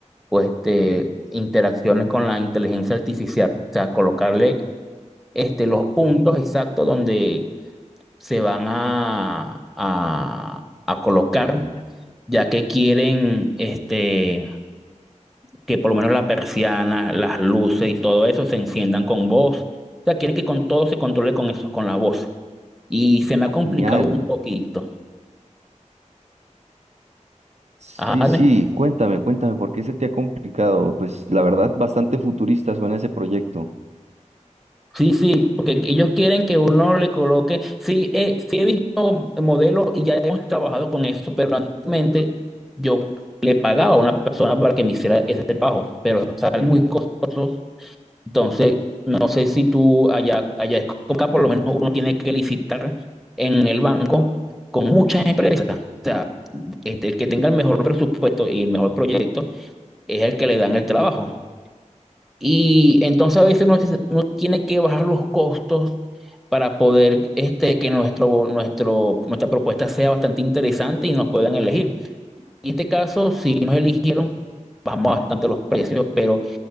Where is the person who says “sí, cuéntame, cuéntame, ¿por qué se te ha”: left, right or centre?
Right